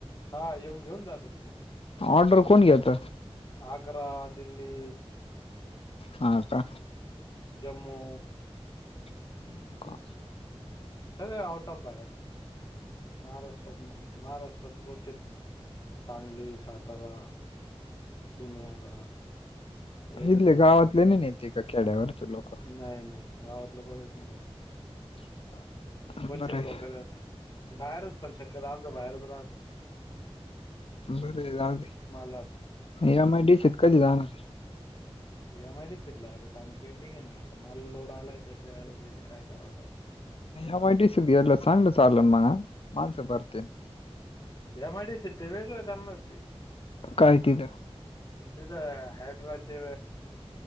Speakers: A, on the left; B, on the left.
A: हा येऊन घेऊन जातात ते
B: ऑर्डर कोण घेत
A: आग्रा, दिल्ली
B: हा का
A: जम्मू
B: <unintelligible>
A: सगळे आउट ऑफ बाहेर महाराष्ट्रात नाहीये महाराष्ट्रात कव्हचित सांगली, साातारा, पुण्याला <unintelligible>
B: इथले गावातले नाही नेते का खेड्यावरचे लोक
A: नाही नाही गावातलं कोणच नाही घेत
B: <unintelligible>
A: कव्हचित
B: आहे
A: लवकरत बाहेरच पण शक्यतो आमचं बाहेरच राहाचं
B: बर जाऊदे
A: जातो.
B: एमआयडीसित कधी जाणारे.
A: एमआयडीसीत अरे काम पेंडिंग आहे नाता मल लोड आलाय का तेर काय कराव आहे.
B: एमआयडीसी सला चांगल सारलन मग माणसं बरतेन.
A: एमआयडीसी तेे वेगळं करणार.
B: काय तिथं.
A: तिथं हॅड्राचे.